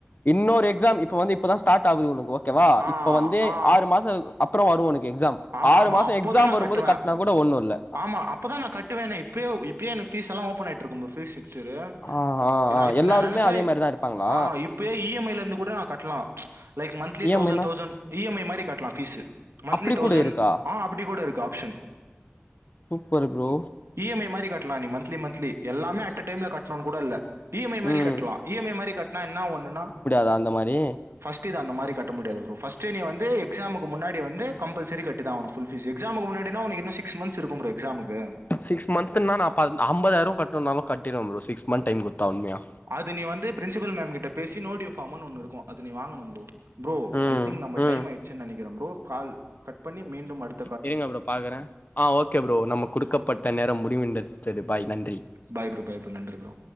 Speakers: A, on the left; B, on the right.
A: இன்னொரு எக்ஸாம் இப்ப வந்து இப்பதா ஸ்டார் ஆகுது உனக்கு ஓகேவா
B: ஆ
A: இப்ப வந்து
B: ஆ
A: ஆறு மாச அப் வரும் உனக்கு எக்ஸாம் றோ
B: ஆமா
A: வரு ஆறு
B: ஆமா
A: மாசோ
B: அப்போதா
A: எக்ஸாம் வரும்போது
B: கட்டுவே
A: கட்னா கூட ஒன்னில்ல
B: ஆமா. இப்பதா நா கட்டுவேனே இப்பையோ இப்பயே எனக்கு ஃபீஸ்ல்லா ஓப்பன் ஆட்டிருக்கு ப்ரோ ஃப்ரீ சீட்டு செரியா
A: ஆ ஆ ஆ
B: நா இப்
A: எல்லாருமே
B: நா நெனச்சா
A: அதே மாரிதா இருப்பாங்களா
B: ஆ இப் ப்பே இ எம் ஐல இருந்து கூட நா கட்லா like monthly
A: E
B: thousand
A: M I னா
B: தௌசண் இ எம் ஐ மாரி கட்லா ஃபீசு மந்த்லி
A: அப்டி
B: தௌசண்
A: கூட இருக்கா
B: ஆ அப்டி கூட இருக்கு option
A: super bro
B: E M I மாரி கட்லா நீ மந்த்லி மந்த்லி எல்லாமே அட் டடைம்ல கட்டணு கூட இல்ல இ எம் ஐ மாரி
A: ம்
B: கட்லா இ எம் ஐ மாரி கட்னா என்ன ஒண்ணுன்னா
A: த அந்த மாரி
B: ஃப்ஸ்ட் இது அந்த மாரி கட்ட முடியாது ப்ரோ ஃபஸ்டு நீ வந்து எக்ஸாமுக்கு முன்னாடி வந்து கம்பல்செரி கட்டி தா ஆவணு ஃபுல் ஃபீசு எக்ஸாமு முன்னாடின உனக்கு இன்னு சிக்ஸ் மந்த்ஸ் இருக்கு ப்ரோ எக்ஸமுக்கு
A: சிக்ஸ் மந்த்னா நா ஐம்பதாயிரோ கட்னுனாலு கட்டிருவே ப்ரோ சிக்ஸ் மந்த் டைம் குடுத்தா உண்மையா
B: அது நீ வந்து பிரின்சிபல் மேம் கிட்ட பேசி நோடி ஃபாம்னு ஒண்ணு இருக்கு அது நீ வாங்கணு ப்ரோ ப்ரோ
A: ம்
B: ஐ திங்க் நம்ம
A: ம்
B: டைம் ஆயிடுச்சு நெனைக்கிறே ப்ரோ கால் கட் பண்ணி மீண்டும் அடுத்
A: இருங்க ப்ரோ பாக்குறே ஆ ஓகே ப்ரோ நம்ம குடுக்கப்பட்ட நேரம் முடிவுந்தது தெரியு பாய் நன்றி
B: பைய் ப்ரோ பைய் ப்ரோ நன்றி ப்ரோ